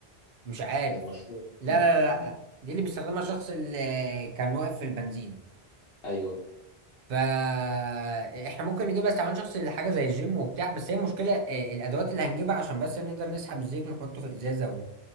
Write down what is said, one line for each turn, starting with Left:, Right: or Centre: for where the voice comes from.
Right: مش عارف
Left: المشهور
Right: لا
Left: مم،
Right: لا
Left: تمام
Right: لا لا دي اللي بيستخدمها الشخص اللي كان واقف في البنزين
Left: ايوه
Right: فاحنا ممكن نجيبها استعمال شخصي لحاجة زي الجيم وبتاع بس هي المشكلة آه، الادوات اللي هنجيبها عشان بس نقدر نسحب الزيت ونحطه في ازازة